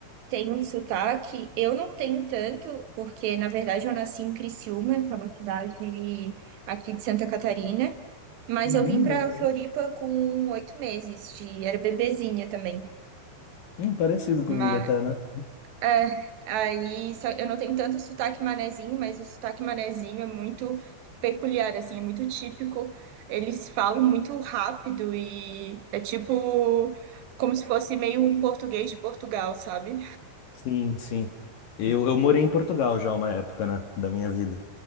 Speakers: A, on the right; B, on the left.
A: Tem um sotaque, eu não tenho tanto, porque na verdade eu nasci em Criciúma, que é uma cidade aqui de Santa Catarina, mas
B: Uhum,
A: eu vim para
B: eu sei.
A: Floripa com oito meses, de, era bebezinha também.
B: Hum, parecido
A: Mas,
B: comigo até, né?
A: é, aí só- eu não tenho tanto sotaque manezinho, mas o sotaque manezinho é muito peculiar, assim, é muito típico. Eles falam muito rápido e é tipo como se fosse meio um português de Portugal, sabe?
B: Sim, sim. Eu, eu morei em Portugal já uma época, né, da minha vida.